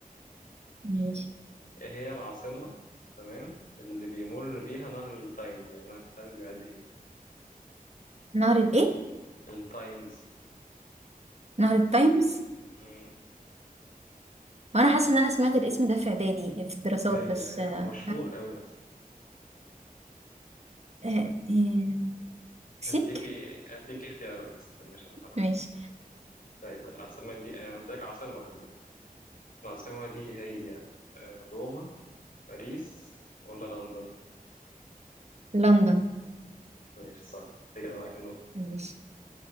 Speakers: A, on the left; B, on the right.
A: ماشي
B: ماشي
A: ايه هي العاصمة تمام اللي بيمر بيها نهر التايمز يعني نهر التايمز بيعدي فيه
B: نهر الايه
A: التايمز
B: نهر التايمز
A: مم.
B: وانا حاسه ان انا سمعت الاسم ده في اعدادي في الدراسات
A: ايوه
B: بس
A: ايوه
B: آه.
A: هو مشهور أوي أصلا
B: آه. <laughs> مكسيك
A: هديكي هديكي اختيارات استني عشان أعرف.
B: ماشي
A: طيب العاصمة دي أنا قلت لك عاصمة خلي العاصمة دي هي آه، روما باريس ولا لندن
B: لندن
A: ماشي صح انت كده معاك النقطة
B: ماشي